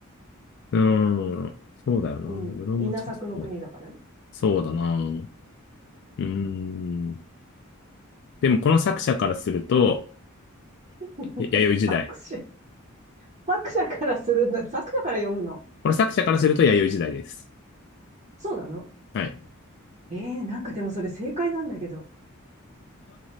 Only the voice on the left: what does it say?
うーん。そうだよな。
室町時代。
そうだな。うーん。でもこの作者からすると、
や弥生時代。
この作者からすると弥生時代です。
はい。